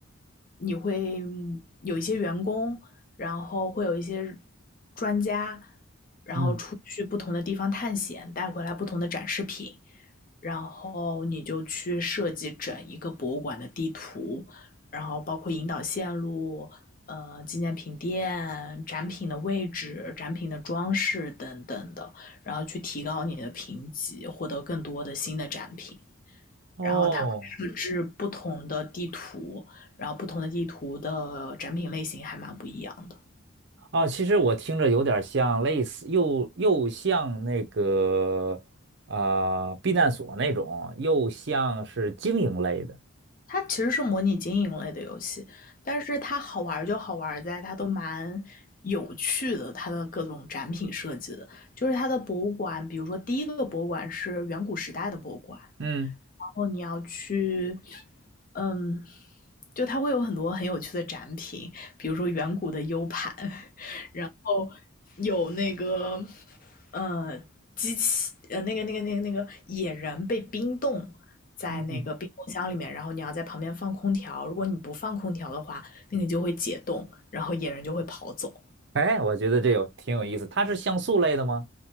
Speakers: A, on the left (about 40°); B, on the right (about 50°).
A: 你会嗯有一些员工，然后会有一些专家，然后出去不同的地方探险，
B: 嗯，
A: 带回来不同的展示品，然后你就去设计整一个博物馆的地图，然后包括引导线路、呃纪念品店、展品的位置、展品的装饰等等的，然后去提高你的评级，获得更多的新的展品。
B: 哦。
A: 然后它会设置不同的地图，然后不同的地图的展品类型还蛮不一样的。
B: 啊，其实我听着有点像类似，又又像那个呃避难所那种，又像是经营类的。
A: 它其实是模拟经营类的游戏，但是它好玩就好玩在它都蛮有趣的，它的各种展品设计的，就是它的博物馆，比如说第一个博物馆是远古时代的博物馆，然
B: 嗯
A: 后你要去，嗯，就它会有很多很有趣的展品，比如说远古的 U 盘，哦，有那个呃机器呃那个那个那个那个野人被冰冻在那个冰冻箱里面，
B: 嗯，
A: 然后你要在旁边放空调，如果你不放空调的话，那你就会解冻，然后野人就会跑走。
B: 哎，我觉得这有挺有意思。它是像素类的吗？